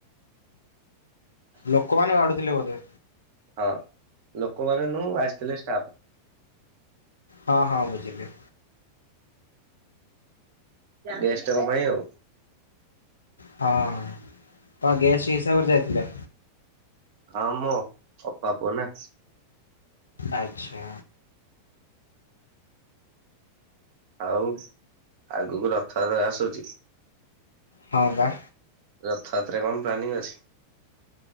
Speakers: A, on the left; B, on the right.
A: ଲୋକମାନେ ବାଢୁଥିଲେ ବୋଧେ?
B: ହଁ ଲୋକମାନେ ନୁହଁ ଆସିଥିଲେ ଷ୍ଟାଫ।
A: ହଁ ହଁ ବୁଝିଲି।
B: ଗେଷ୍ଟଙ୍କ ପାଇଁ ଆଉ।
A: ହଁ <unintelligible> ଗେଷ୍ଟ ହିସାବରେ ଯାଇଥିଲେ?
B: ହଁ ମୋ ଅପା ପୁଅ ନା।
A: ଆଚ୍ଛା
B: ଆଉ ଆଗକୁ ରଥଯାତ୍ରା ଆସୁଛି
A: ହଁ ବା
B: ରଥଯାତ୍ରା କଣ ପ୍ଲାନିଂ ଅଛି